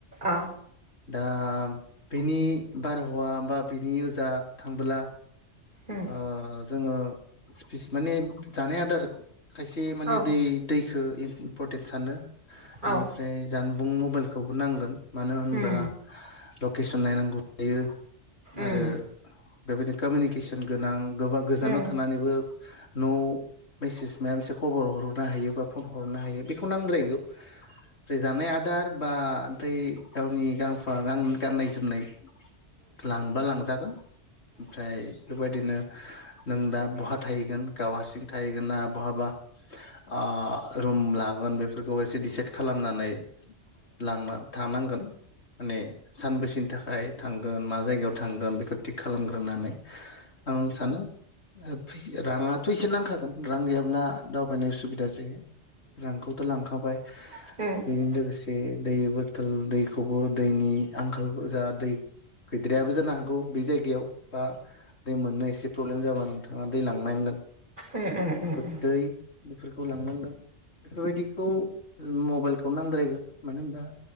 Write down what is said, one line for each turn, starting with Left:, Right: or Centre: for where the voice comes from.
Right: अ
Left: दा बिनि बारहावा बा बिनि ओजा थांबोला
Right: उम
Left: ओ जोंङो <unintelligible> माने जानाय आदार खायसे माने
Right: औ
Left: दै दैखौ इम्परटेन सानो
Right: औ
Left: इनिफ्राय जान बुं मबाइलखौबो नांगोन मानो होनबा
Right: उम
Left: लकेसन नायनांगौ जायो।
Right: उम
Left: आरो बेबायदिनो कमिउनिकेसन गोनां गोबां गोजानाव
Right: उम
Left: थानानैबो न'आव मेसेज माबा मोनसे खबर हरनो हायो बा फन हरनो हायो बेखौ नांद्रायगौ। बे जानाय आदार बा दै गावनि गांफा गां गाननाय जोमनाय लांबा लांजागोन ओमफ्राय बेबायदिनो नों दा बहा थाहैगोन? गाव हारसिं थाहैगोन ना बहाबा ओ रुम लागोन बेफोरखौ एसे डिसाइद खालामनानै लांना थानांगोन माने सानबैसेनि थाखाय थांगोन मा जायगायाव थांगोन बेखौ थिग खालामग्रोनानै। आं सानो ओ फै राङाथ' एसे नांखागोन रां गैयाब्ला दावबायनाय उसुबिदा जायो। रांखौथ' लांखाबाय
Right: औ
Left: बेजों लोगोसे दै बथल दैखौ बो दैनि आंखाल जा दै गैद्रायाबो जानो हागौ बे जायगायाव बा दै मोननो एसे प्रब्लेम जाबा नोंथाङा दै लांनांगोन।
Right: उम उम
Left: बेखौ
Right: उम उम।
Left: दै बेफोरखौ लांनांगोन बेफोरबायदिखौ मबाइलखौ नांद्रायगोन। मानो होनबा